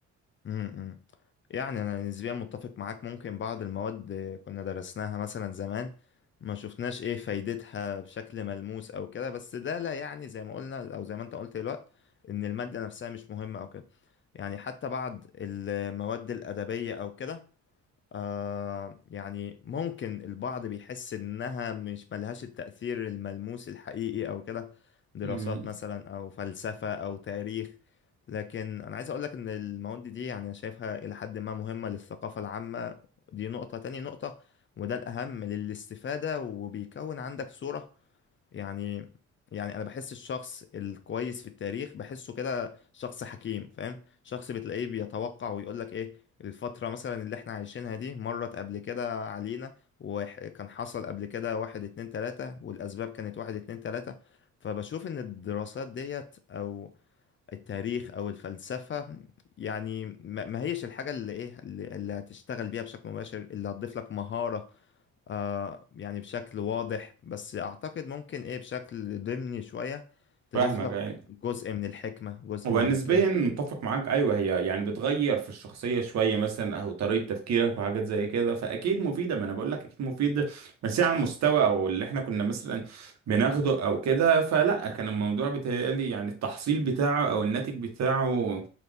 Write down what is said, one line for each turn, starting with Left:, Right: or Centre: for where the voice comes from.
Left: امم يعني انا نسبيا متفق معاك ممكن بعض المواد كنا درسناها مثلا زمان ما شفناش ايه فايدتها بشكل ملموس او كده بس ده لا يعني زي ما قلنا او زي ما انت قلت دلوقتي ان المادة نفسها مش مهمة او كده يعني حتى بعض المواد الأدبية او كده آه يعني ممكن البعض بيحس إنها مش ملهاش التأثير الملموس الحقيقي أو كده دراسات
Right: مم.
Left: مثلا أو فلسفة أو تاريخ لكن أنا عايز أقولك إن المواد دي يعني أنا شايفها إلى حد ما مهمة للثقافة العامة دي نقطة تاني نقطة وده الأهم للاستفادة وبيكون عندك صورة يعني يعني انا بحس الشخص الكويس في التاريخ بحسه كده شخص حكيم فاهم شخص بتلاقيه بيتوقع ويقول لك ايه الفترة مثلا اللي احنا عايشينها دي مرت قبل كده علينا وكان حصل قبل كده واحد اتنين تلاتة والاسباب كانت واحد اتنين تلاتة فبشوف ان الدراسات ديت او التاريخ او الفلسفة يعني ما ما هيش الحاجة اللي ايه اللي اللي هتشتغل بيها بشكل مباشر اللي هتضيف لك مهارة آه يعني بشكل واضح بس اعتقد ممكن ايه بشكل ضمني شوية تضيف
Right: فاهمك
Left: لك
Right: ايوه
Left: جزء من الحكمة جزء
Right: هو
Left: منك
Right: نسبيا
Left: ايه
Right: متفق معاك ايوه هي يعني بتغير في الشخصيه شويه مثلا او طريقه تفكيرك وحاجات زي كده فاكيد مفيده ما انا بقول لك اكيد مفيده بس هي على المستوى او اللي احنا كنا مثلا بناخده او كده فلا كان الموضوع بيتهيألي يعني التحصيل بتاعه او الناتج بتاعه